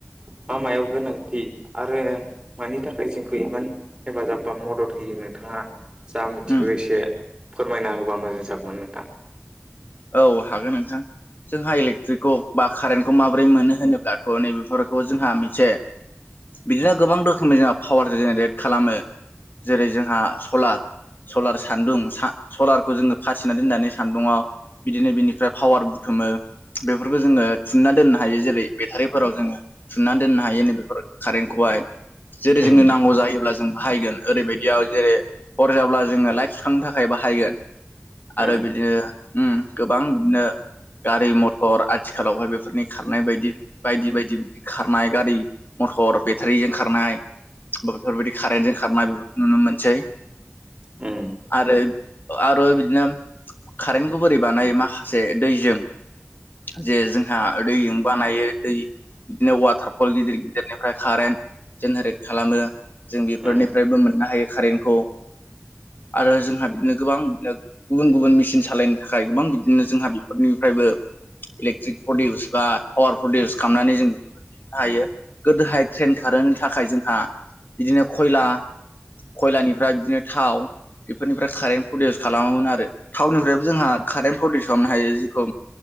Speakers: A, on the right; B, on the left.
A: मा मायाव गोनांथि आरो मानि थाखाय जोंखौ इमान हेफाजाब बा मदद होयो नोंथाङा जा मिथिगौ
B: उम
A: एसे फोरमायना होबा मोजां जागौमोन नोंथां
B: औ हागोन नोंथां जोंहा इलेक्ट्रिकखौ बा कारेन्ट खौ माबोरै मोनो होनोब्लाथ' नैबेफोरखौ जोंहा मोनसे बिदिनो गोबां रोखोमनि जोंहा पावार जेनेरेट खालामो जेरै जोंहा सलार सलार सान्दुं सलारखौ जोङो फासिना दोननानै सान्दुङाव बिदिनो बिनिफ्राय पावार बुथुमो बेफोरखौ जोङो थुनना दोननो हायो जेरै बेटारिफोराव जोङो सुनानै दोननो हायो नैबेफोर कारेन्टखौहाय जेरै
A: उम
B: जोंनो नांगौ जायोब्ला जों बाहायगोन ओरैबायदियाव जेरै हर जाब्ला जोङो लाइट थुखांनो थाखाय बाहायगोन आरो
A: उम
B: बिदिनो गोबां बिदिनो गारि मथर आथिखालावहाय बेफोरनि खारनाय बायदि बायदि बायदि खारनाय गारि मथर बेटारिजों खारनाय बेफोरबायदि कारेन्टजों खारनाय नुनो मोनसै
A: उम
B: आरो आरो बिदिनो कारेन्टखौ बोरै बानायो माखासे दैजों जे जोंहा दैजों बानायो दै बिदिनो वाटारफल गिदिर गिदिरनिफ्राय कारेन्ट जेनेरेट खालामो जों बेफोरनिफ्रायबो
A: उम
B: मोननो हायो कारेन्टखौ आरो जोंहा बिदिनो गोबां गुबुन गुबुन मेसििन सालायनो नि थाखाय गोबां बिदिनो जोंहा बेफोरनिफ्रायबो इलेक्ट्रिक प्रदिउस बा पावार प्रदिउस खालामनानै जों हायो गोदोहाय ट्रेन खारनि थाखाय जोंहा बिदिनो खयला खयलानिफ्राय बिदिनो थाव बेफोरनिफ्राय कारेन्ट प्रडिउस खालामोमोन आरो थावनिफ्रायबो जोंहा कारेन्ट प्रडउसननो हायो जेखौ